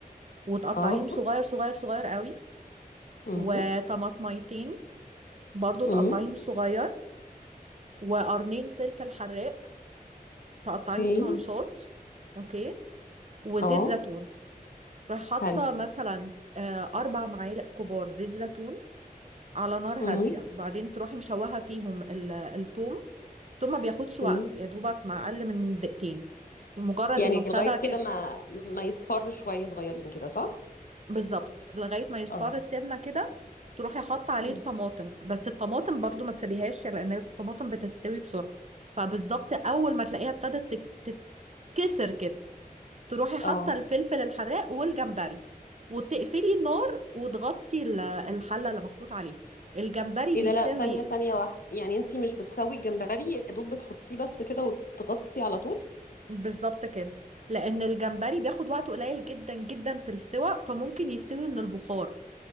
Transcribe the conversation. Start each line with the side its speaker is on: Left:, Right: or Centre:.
Right: وتقطعيهم
Left: اه
Right: صغير صغير صغير قوي
Left: امم
Right: وطماطميتين برضو تقطعيهم
Left: امم
Right: صغير وقرنين فلفل حراق تقطعيهم
Left: اوكي
Right: ترانشات اوكي وزيت
Left: اه
Right: زيتون تروحي حاطه
Left: حلو
Right: مثلا آه، اربع معالق كبار زيت زيتون على نار هادية
Left: امم
Right: وبعدين تروحي مشوحة فيهم ال- الثوم الثوم ما بياخدش وقت
Left: امم
Right: يا دوبك مع أقل من دقيقتين مجرد
Left: يعني
Right: إنه ابتدى
Left: لغاية
Right: كده
Left: كده ما ما يصفر شوية صغيرين كده صح؟
Right: بالظبط لغاية ما يصفر
Left: اه
Right: السمنة كده تروحي حاطة عليه
Left: مم.
Right: الطماطم بس الطماطم برضو ما تسليهاش لأن الطماطم بتستوي بسرعة فبالظبط أول ما تلاقيها ابتدت تت- تتكسر كده تروحي حاطة
Left: اه
Right: الفلفل الحراق والجمبري وتقفلي النار وتغطي ال- الحلة اللي محطوط عليه الجمبري
Left: ايه
Right: بيساوي
Left: ده لا ثانية ثانية واحدة يعني انتي مش بتسوي الجمبري يا دوب بتحطيه بس كده وتغطي على طول؟
Right: بالظبط كده لان الجمبري بياخد وقت قليل جدا جدا في السوى فممكن يستوي من البخار